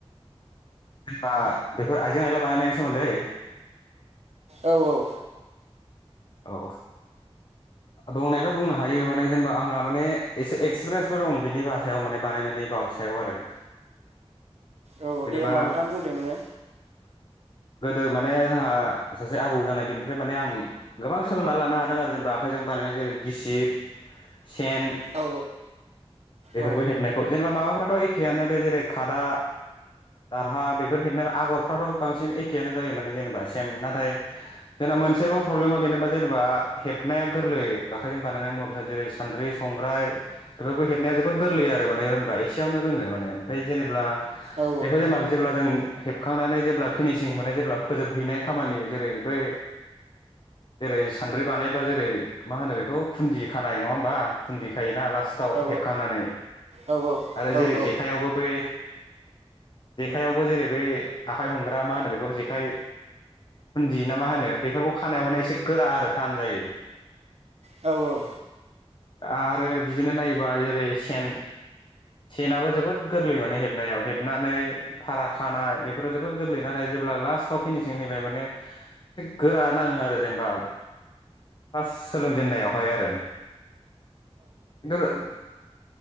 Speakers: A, on the left; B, on the right.
A: जेनेबा बेफोर आइजें-आयला बानायनायनि सोमोन्दै।
B: औ-औ।
A: औ। दंनायाथ' बुंनो हायो माने जेनेबा आंहा माने एसे एक्सपिरियेन्सबो दं बिनि बा सायाव माने बानायनायनि। बा सायाव आरो
B: औ
A: जेनेबा
B: दे होमबा नोंथां बुंदो नोङो।
A: <inaudible> गोदो माने जोंहा सासे आबौ जानाय बेनिफ्राय माने आं गोबां सोलोंना लानो हादों आरो जेनेबा आखाइजों बा नायनाय जेरै गिसिब, सेन।
B: औ
A: बेफोरखौ
B: औ
A: हेबनायखौ जेनेबा माबाफ्राथ' एखेयानो बे जेरै खादा। दारहा बेफोर हेबनाय आगरफ्राथ' बांसिन एखेआनो जायो माने जेनेबा सेम नाथाय जेने बा मोनसेल' प्रब्लेमा बेनोबा जेनेबा हेबनाया गोरलै आखाइजों बानायनाय मुवा बेसाद जेरै सान्द्रि, संग्रा फाय बेफोरबो हेबनाया जोबोर गोरलै आरो माने रोंबा एसेयावनो रोङो माने ओमफ्राय जेनेब्ला।
B: औ
A: बेखौ जेनेबा जेब्ला जों हेबखांनानै जेब्ला पिनिसिं मोन जेब्ला फोजोबहैनाय खामानि जेरै बै जेरै सानद्रि बानायबा जेरै मा होनो बेखौ खुन्दि खानाय नङा होमबा खुन्दि खायोना लास्ट टाव
B: औ
A: हेबखांनानै
B: औ
A: आरो
B: औ
A: जेरै
B: औ
A: जेखाइयावबो बै जेखाइआवबो जेरै बे आखाइ हमग्रा मा होनो बेखौ जेखाइ बुन्दि ना मा होनो बेफोरखौ खानायाव माने एसे गोरा आरो थान जायो।
B: औ-औ।
A: आ-आरो बिदिनो नायोबा जेरै सेन। सेनाबो जोबोद गोरलै माने हेबनायाव हेब नानै फारा खानाय बेफोरो जोबोद गोरलै नाथाय जेब्ला लास्टाव फिनिसिं हैबाय माने एसे गोरा नाङो आरो जेनेबा फार्स्ट सोलोंजेननायावहाय आरो। <unintelligible>